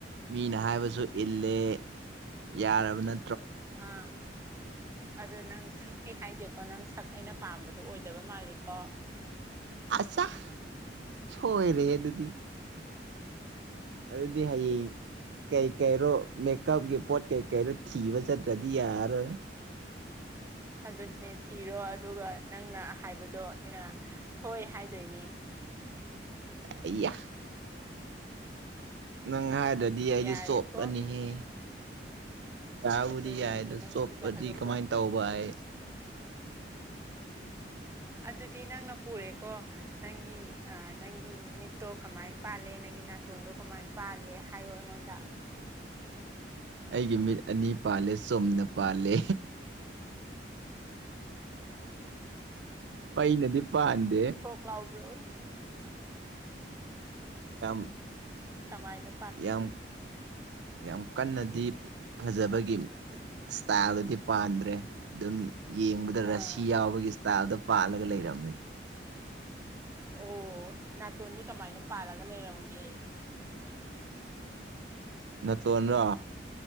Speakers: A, on the right; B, on the right.
A: ꯃꯤꯅ ꯍꯥꯏꯕꯁꯨ ꯁꯨ ꯏꯜꯂꯦ ꯌꯥꯔꯕꯅ
B: ꯑ ꯑꯗꯨ ꯅꯪ ꯁꯛꯇ ꯍꯥꯏꯗꯦ ꯑꯣ ꯅꯪ ꯁꯛ ꯑꯩꯅ ꯄꯥꯝꯕꯗꯣ ꯑꯣꯏꯗꯕ ꯃꯥꯂꯦ ꯀꯣ
A: ꯑꯆꯥ ꯁꯣꯏꯔꯦ ꯑꯗꯨꯗꯤ ꯑꯗꯨꯗꯤ ꯍꯌꯦꯡ ꯀꯩ ꯀꯩꯔꯣ ꯃꯦꯀꯞꯀꯤ ꯄꯣꯠ ꯀꯩ ꯀꯩꯩꯅꯣ ꯊꯤꯕ ꯆꯠꯇ꯭ꯔꯗꯤ ꯌꯥꯔꯣꯏ
B: ꯑꯗꯨꯅꯦ ꯊꯤꯔꯣ ꯑꯗꯨꯒ ꯅꯪꯅ ꯍꯥꯏꯕꯗꯣ ꯑꯩꯅ ꯍꯣꯏ ꯍꯥꯏꯗꯣꯏꯅꯦ
A: ꯑꯌꯥ ꯅꯪ ꯍꯥꯏꯗꯗꯤ ꯑꯩꯗꯤ
B: ꯌꯥꯔꯦꯀꯣ
A: ꯆꯣꯞꯄꯅꯤꯍꯦ ꯌꯥꯥꯕꯨꯗꯤ
B: ꯑꯗꯨꯅꯦ
A: ꯌꯥꯏ
B: ꯑꯗꯨ
A: ꯑꯗꯣ
B: ꯅꯪ
A: ꯆꯣꯞꯄꯗꯤ
B: ꯐꯖꯍꯜꯂꯣꯀꯣ
A: ꯀꯃꯥꯏ ꯇꯧꯕ ꯑꯩ
B: ꯑꯗꯨꯗꯤ ꯅꯪꯅ ꯄꯨꯔꯦꯀꯣ ꯅꯪꯒꯤ ꯑ ꯅꯪꯒꯤ ꯃꯤꯠꯇꯣ ꯀꯃꯥꯏ ꯄꯥꯜꯂꯦ ꯅꯪꯒꯤ ꯅꯥꯇꯣꯟꯗꯣ ꯀꯃꯥꯏ ꯄꯥꯜꯂꯦ ꯍꯥꯏꯌꯣ ꯑꯩꯉꯣꯟꯗ
A: ꯑꯩꯒꯤ ꯃꯤꯠ ꯑꯅꯤ ꯄꯥꯜꯂꯦ ꯆꯨꯝꯅ ꯄꯥꯜꯂꯦ ꯄꯩꯅꯗꯤ ꯄꯗꯦ
B: ꯐ꯭ꯂꯥꯎ ꯄ꯭ꯂꯎ <inaudible>
A: ꯌꯥꯝ
B: ꯀꯃꯥꯏꯅ
A: ꯌꯥꯝ ꯌꯥꯝ ꯀꯟꯅꯗꯤ ꯐꯖꯕ ꯏꯁꯇꯥꯏꯜꯗꯗꯤ ꯄꯥꯟꯗ꯭ꯔꯦ ꯑꯗꯨꯝ ꯌꯦꯡꯕꯗ
B: ꯑꯥ
A: ꯔꯁꯤ ꯌꯥꯎꯕꯒꯤ ꯇꯇꯥꯜꯗ ꯄꯥꯜꯂꯒ ꯂꯩꯔꯝꯃꯦ
B: ꯑꯣ ꯅꯥꯇꯣꯟꯗꯤ ꯀꯃꯥꯏꯅ ꯄꯥꯜꯂꯒ ꯂꯩꯔꯝꯒꯦ
A: ꯇꯣꯟꯔꯣ